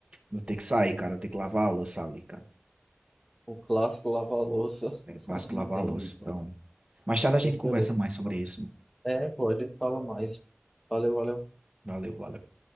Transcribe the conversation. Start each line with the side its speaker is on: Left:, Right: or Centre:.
Right: Vou ter que sair, cara. Eu tenho que lavar a louça ali, cara.
Centre: O clássico lava-louça,
Right: É
Centre: <laughs>
Right: o clássico
Centre: a gente
Right: lavar
Centre: entende,
Right: a louça. Então.
Centre: mano.
Right: Mais tarde a gente
Centre: Pois
Right: conversa
Centre: beleza.
Right: mais sobre
Centre: mano.
Right: isso.
Centre: É, pô, a gente fala mais. Valeu, valeu.
Right: Valeu, valeu.